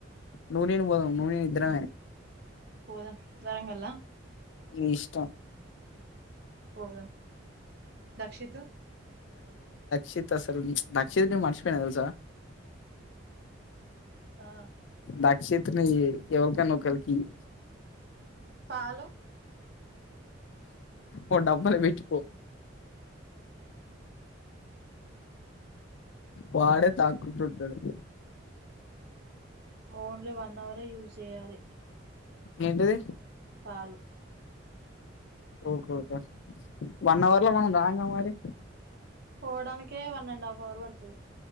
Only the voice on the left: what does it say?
నువ్వు నేను పోదం నువ్వు నేను ఇద్దరమే
నీ ఇష్టం
చిత్తా అసలు దాక్షిత్ న మర్చిపోయిన తెలుసా
దక్షిత్ ని ఎవరికన్నా ఒకరికి ఇయ్యి
ఓ డబ్బల పెట్టిపో వాడే తాకు తుంటడు
ఏంటిది
ఓకేఓకే వన్ అవర్ల మనం రాం గా మరి